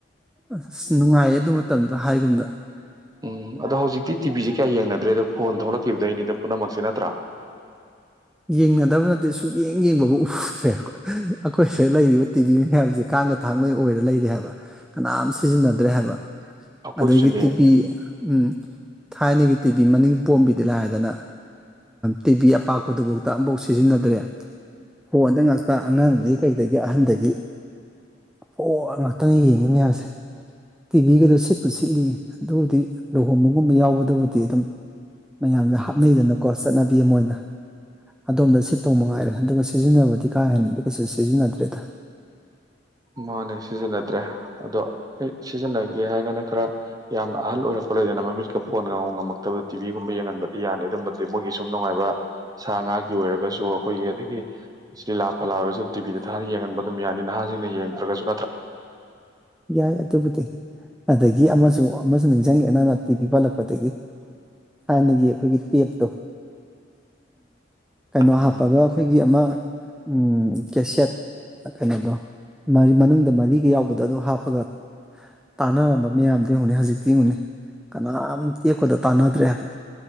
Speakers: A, in the centre; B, on the right.
A: ꯑ ꯅꯨꯡꯉꯥꯏꯌꯦ ꯑꯗꯨ ꯃꯇꯝꯗ ꯍꯥꯏꯒꯨꯝꯗ
B: ꯎꯝ ꯑꯗꯣ ꯍꯧꯖꯤꯛꯇꯤ ꯇꯤꯕꯤꯁꯤ ꯀꯌꯥ ꯌꯦꯡꯅꯗ꯭ꯔꯦꯗꯣ ꯐꯣꯟ ꯊꯣꯛꯂꯛꯈꯤꯕꯗ ꯑꯩꯅꯤꯗ ꯄꯨꯝꯅꯃꯛꯁꯦ ꯅꯠꯇ꯭ꯔꯥ
A: ꯌꯦꯡꯅꯗꯕ ꯅꯠꯇꯦ ꯁꯨꯛꯌꯦꯡ ꯌꯦꯡꯕꯕꯨ ꯎꯗ꯭ꯔꯦ ꯑꯩꯈꯣꯏ ꯁꯤꯗ ꯂꯩꯔꯤꯕ ꯇꯤꯚꯤ ꯃꯌꯥꯝꯁꯦ ꯀꯥꯡꯒ ꯊꯥꯡꯂꯣꯏ ꯑꯣꯏꯔ ꯂꯩ ꯍꯥꯏꯕ ꯀꯅꯥꯝ ꯁꯤꯖꯤꯟꯅꯗ꯭ꯔꯦ ꯍꯥꯏꯕ
B: ꯑꯩꯈꯣꯏꯁꯨꯅꯦ
A: ꯑꯗꯒꯤ ꯇꯤꯕꯤ ꯎꯝ ꯊꯥꯏꯅꯒꯤ ꯇꯤꯚꯤ ꯃꯅꯤꯡ ꯄꯣꯝꯕꯤꯗꯤ ꯂꯥꯏꯗꯅ ꯇꯤꯚꯤ ꯑꯄꯥꯛ ꯄꯗꯨꯐꯥꯎꯗ ꯑꯃꯐꯥꯎ ꯁꯤꯖꯤꯟꯅꯗ꯭ꯔꯦ ꯍꯣꯟꯗ ꯉꯥꯛꯇ ꯑꯉꯥꯡꯗꯨꯗꯒꯤ ꯀꯩꯗ ꯑꯍꯟꯗꯒꯤ ꯐꯣꯛ ꯑꯉ ꯛꯇꯅ ꯌꯦꯡꯉꯤꯅꯦꯌꯥꯝꯁꯦ ꯇꯤꯚꯒꯗ ꯁꯤꯠꯄꯨ ꯁꯤꯠꯂꯤ ꯑꯗꯨꯕꯨꯗꯤ ꯂꯨꯍꯣꯡꯕꯒꯨꯝꯕ ꯌꯥꯎꯕꯗꯕꯨꯗꯤ ꯑꯗꯨꯝ ꯃꯌꯥꯝꯁꯦ ꯍꯥꯞꯅꯩꯗꯅꯀꯣ ꯆꯠꯅꯕꯤ ꯑꯃ ꯑꯣꯏꯅ ꯑꯗꯣꯝꯗ ꯁꯤꯠꯇꯣꯡ ꯃ ꯉꯥꯏꯔꯦ ꯑꯗꯨꯒ ꯁꯤꯖꯤꯟꯅꯕꯗꯤ ꯀꯥ ꯍꯦꯟꯅꯗꯤ ꯀꯩꯁꯨ ꯁꯤꯖꯤꯟꯅꯗ꯭ꯔꯦꯗ
B: ꯃꯥꯅꯦ ꯁꯤꯖꯤꯟꯅꯗ꯭ꯔꯦ ꯑꯗꯣ ꯑꯩ ꯁꯤꯖꯤꯟꯅꯒꯦ ꯍꯥꯏꯔꯒꯅ ꯈꯔ ꯌꯥꯝꯅ ꯑꯍꯜ ꯑꯣꯏꯔꯛꯄ ꯈꯠ ꯂꯩꯗꯅ ꯃꯃꯤꯠꯀ ꯐꯣꯟ ꯉ ꯉꯝꯃꯛꯇꯕꯗ ꯇꯤꯚꯤꯒꯨꯝꯕ ꯌꯦꯡꯍꯟꯕꯗꯤ ꯌꯥꯅꯤ ꯑꯗꯨꯝꯕ ꯃꯣꯏꯒꯤ ꯁꯨꯝ ꯅꯨꯡꯉꯥꯏꯕ ꯁꯥ ꯉꯥꯒꯤ ꯑꯣꯏꯔꯒꯁꯨ ꯑꯩꯈꯣꯏꯒꯤ ꯑꯗꯒꯤ ꯤ ꯂꯥ ꯐꯂꯥꯋꯦ ꯑꯗꯨꯝ ꯇꯤꯕꯤꯗ ꯊꯥ ꯌꯦꯍꯟꯕ ꯑꯗꯨꯝ ꯌꯥꯅꯤ ꯅꯍꯅ ꯭ꯔ
A: ꯌꯥꯏ ꯑꯗꯨꯕꯨꯗꯤ ꯑꯗꯒꯤ ꯑꯃꯁꯨꯡ ꯑꯃꯁꯨ ꯅꯤꯡꯁꯤꯡꯉꯦꯅ ꯑ ꯇꯤ ꯄꯤ ꯄꯜꯂꯛꯄꯗꯒꯤ ꯊꯥꯏꯅꯒꯤ ꯑꯩꯈꯣꯏꯒꯤ ꯇꯦꯞꯇꯣ ꯀꯩꯅꯣ ꯍꯥꯞꯄꯒ
B: ꯎꯝ
A: ꯑꯩꯈꯣꯏꯒꯤ ꯑꯃ ꯎꯝ ꯀꯦꯁꯦꯠ ꯀꯩꯅꯣꯗꯣ ꯃꯅꯨꯡꯗ ꯃꯔꯤꯒ ꯌꯥꯎꯕꯗ ꯑꯗꯨ ꯍꯥꯞꯄꯒ ꯇꯥꯟꯅꯔꯝꯕ ꯃꯌꯥꯝꯗꯣ ꯑꯃꯨꯛꯅꯤ ꯍꯧꯖꯤꯛꯇꯤ ꯑꯃꯨꯛꯅꯤ ꯀꯅꯥꯝꯇꯦꯛꯄꯗ ꯇꯥꯟꯅꯗ꯭ꯔꯦ ꯍꯥꯏꯕ